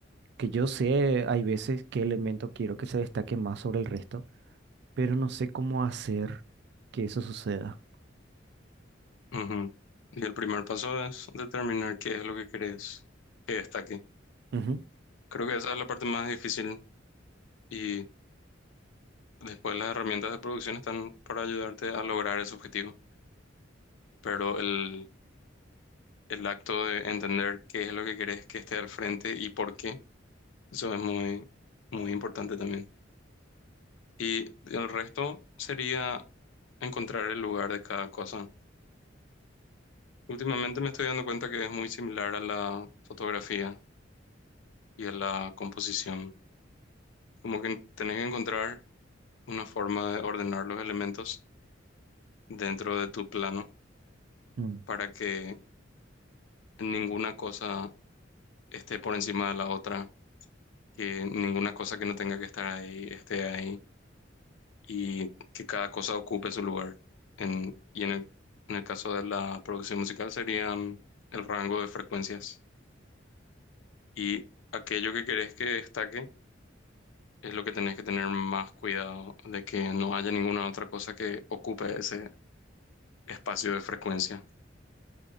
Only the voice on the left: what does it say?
Ujú. Y el primer paso es determinar qué es lo que querés que destaque.
Creo que esa es la parte más difícil y después las herramientas de producción están para ayudarte a lograr ese objetivo, pero el, el acto de entender qué es lo que querés que esté al frente y por qué, eso es muy, muy importante también. Y el resto sería encontrar el lugar de cada cosa. Últimamente me estoy dando cuenta que es muy similar a la fotografía y a la composición. Como que tenés que encontrar una forma de ordenar los elementos dentro de tu plano
para que ninguna cosa esté por encima de la otra, que ninguna cosa que no tenga que estar ahí esté ahí. y que cada cosa ocupe su lugar. En, y en el, en el caso de la producción musical serían el rango de frecuencias. Y aquello que querés que destaque es lo que tenés que tener más cuidado de que no haya ninguna otra cosa que ocupe ese espacio de frecuencia.